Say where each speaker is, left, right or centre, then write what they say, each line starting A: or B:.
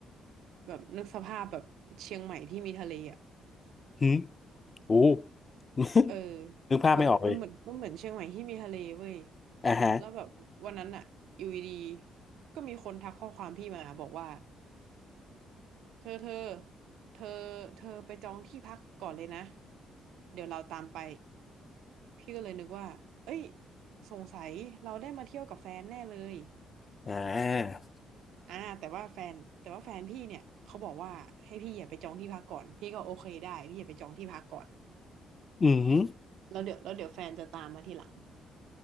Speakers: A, on the right; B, on the left.
A: แบบนึกสภาพแบบเชียงใหม่ที่มีทะเลอ่ะ
B: หืมโอ้ <laughs>
A: เออ
B: นึกภาพไม่ออกเลย
A: แบบมันเหมือนมันเหมือนเชียงใหม่ที่มีทะเลเว้ย
B: อ่าฮะ
A: แล้วแบบวันนั้นอะอยู่ดีๆก็มีคนทักข้อความพี่มาบอกว่าเธอเธอเธอเธอไปจองที่พักก่อนเลยนะเดี๋ยวเราตามไปพี่ก็เลยนึกว่าเอ้ยสงสัยเราได้มาเที่ยวกับแฟนแน่เลย
B: อ่า
A: อ่าแต่ว่าแฟนแต่ว่าแฟนพี่เนี่ยเขาบอกว่าให้พี่อย่าไปจองที่พักก่อนพี่ก็โอเคได้พี่อย่าไปจองที่พักก่อน
B: อืม
A: แล้วเดี๋ยวแล้วเดี๋ยวแฟนจะตามมาทีหลัง